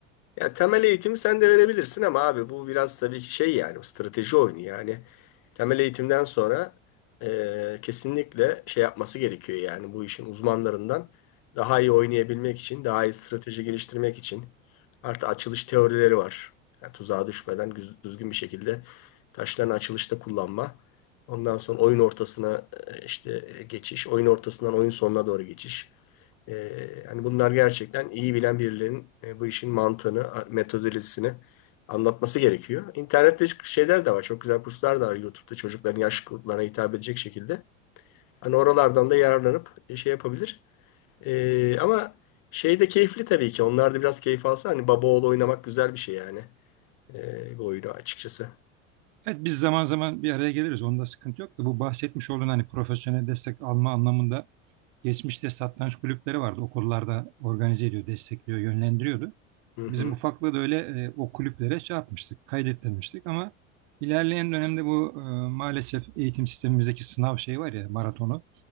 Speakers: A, on the left; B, on the right.
A: Ya temel eğitimi sen de verebilirsin ama abi bu biraz tabii şey yani strateji oyunu yani. Temel eğitimden sonra e, kesinlikle şey yapması gerekiyor yani bu işin uzmanlarından daha iyi oynayabilmek için, daha iyi strateji geliştirmek için. Artı açılış teorileri var. Yani tuzağa düşmeden güz- düzgün bir şekilde taşların açılışta kullanma. Ondan sonra oyun ortasına e, işte e, geçiş, oyun ortasından oyun sonuna doğru geçiş. Ee, hani bunlar gerçekten iyi bilen birilerinin e, bu işin mantığını, a- metodolojisini anlatması gerekiyor. İnternette şeyler de var. Çok güzel kurslar da var YouTube'da çocukların yaş gruplarına hitap edecek şekilde. Hani oralardan da yararlanıp e, şey yapabilir. Ee, ama şey de keyifli tabii ki. Onlar da biraz keyif alsa hani baba oğlu oynamak güzel bir şey yani. Ee, bu oyunu açıkçası.
B: Evet biz zaman zaman bir araya geliriz. Onda sıkıntı yok da bu bahsetmiş olduğun hani profesyonel destek alma anlamında Geçmişte satranç kulüpleri vardı. Okullarda organize ediyor, destekliyor, yönlendiriyordu.
A: Hı hı,
B: Bizim ufaklığı da öyle e, o kulüplere şey yapmıştık, kaydettirmiştik ama ilerleyen dönemde bu e, maalesef eğitim sistemimizdeki sınav şeyi var ya maratonu,